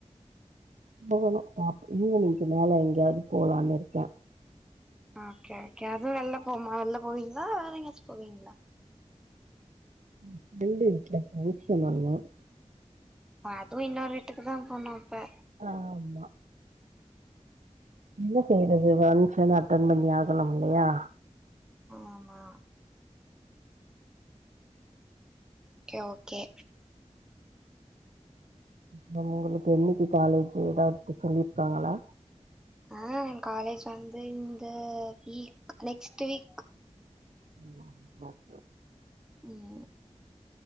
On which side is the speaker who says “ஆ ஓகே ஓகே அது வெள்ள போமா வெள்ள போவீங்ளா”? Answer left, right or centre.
Centre